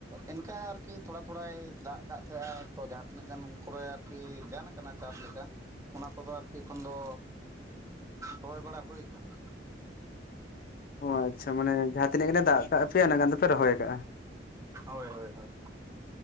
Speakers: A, on the right; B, on the left.
A: ᱚᱱᱠᱟ ᱟᱹᱨᱠᱤ ᱛᱷᱚᱲᱟ ᱛᱷᱚᱲᱟᱭ ᱫᱟᱜ ᱫᱟᱜ ᱛᱟᱦᱮᱸᱜ-ᱟ ᱛᱚ ᱡᱟᱦᱟᱸ ᱛᱤᱱᱟᱹᱜ ᱜᱟᱱ ᱠᱚᱨᱮ ᱟᱹᱨᱠᱤ ᱜᱟᱱ ᱠᱟᱱᱟ ᱪᱟᱥ ᱞᱮᱠᱟ᱾ ᱚᱱᱟ ᱠᱚᱫᱚ ᱟᱹᱨᱠᱤ ᱮᱠᱷᱚᱱ ᱫᱚ ᱨᱚᱦᱚᱭ ᱵᱟᱲᱟ ᱦᱩᱭ ᱠᱟᱱᱟ᱾
B: ᱚ ᱟᱪᱪᱷᱟ ᱢᱟᱱᱮ ᱡᱟᱦᱟᱸ ᱛᱤᱱᱟᱹᱜ ᱜᱟᱱ ᱮ ᱫᱟᱜ ᱠᱟᱜ ᱯᱮᱭᱟ ᱤᱱᱟᱹᱜ ᱜᱟᱱ ᱫᱚᱯᱮ ᱨᱚᱦᱚᱭ ᱟᱠᱟᱫ-ᱟ ᱾
A: ᱦᱳᱭ ᱦᱳᱭ ᱦᱳᱭ᱾